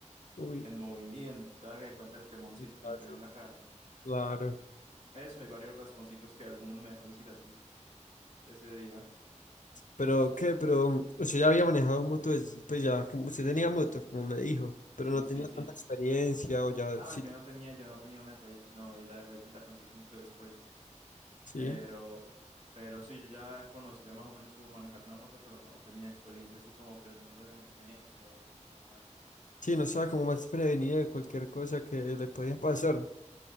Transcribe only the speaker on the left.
Uy,
qué
paso,
claro.
Pero, ¿qué? Pero o sea ya había manejado moto, des- pues ya, como- usted tenía moto, como me dijo, pero
no
tenía
tanta experiencia o ya,
sí,
sí,
sí, no estaba como más prevenida de cualquier cosa que le podía pasar.